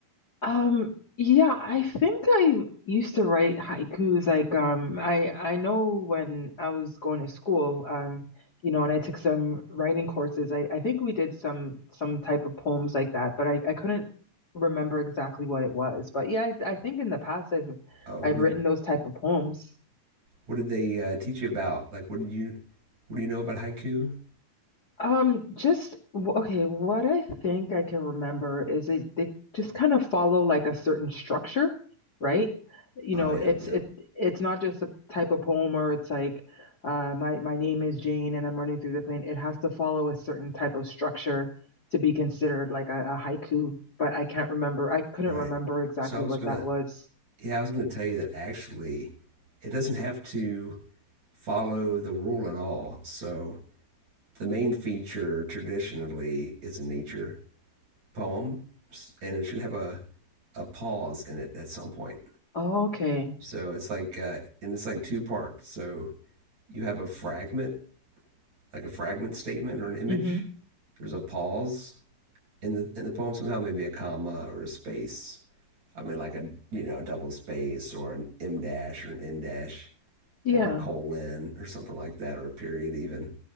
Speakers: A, on the left (about 30°); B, on the right (about 50°).
A: Um, yeah, I think I used to write haikus. Like, um, I I know when I was going to school, um, you know, and I took some writing courses. I I think we did some some type of poems like that, but I I couldn't remember exactly what it was. But yeah, I, I think in the past I've
B: Uh,
A: I've
B: what did
A: written those type of poems.
B: what did they uh, teach you about? Like, what did you what do you know about haiku?
A: Um, just w- okay, what I think I can remember is they, they just kind of follow like a certain structure, right? You
B: Oh
A: know,
B: yeah,
A: it's
B: yeah,
A: it it's not just a type of poem where it's like uh my my name is Jane and I'm running through the plane. It has to follow a certain type of structure to be considered like a, a haiku, but I can't remember. I couldn't
B: right.
A: remember exactly
B: So I was
A: what
B: gonna
A: that was.
B: yeah I was gonna tell you that actually it doesn't have to follow the rule at all. So the main feature traditionally is a nature poem, and it should have a a pause in it at some point.
A: Oh, okay.
B: So it's like, uh, and it's like two parts. So you have a fragment, like a fragment statement or an image.
A: Mm-hmm.
B: There's a pause in the in the poem somehow, maybe a comma or a space. I mean, like a you know a double space or an m dash or an n dash
A: Yeah.
B: or a colon or something like that or a period even.